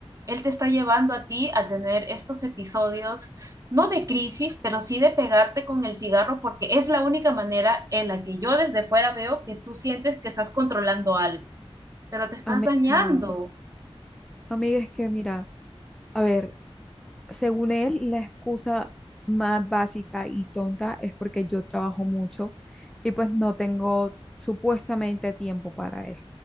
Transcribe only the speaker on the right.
él te está llevando a ti a tener estos episodios, no de crisis, pero sí de pegarte con el cigarro, porque es la única manera en la que yo desde fuera veo que tú sientes que estás controlando algo, pero te estás
dañando,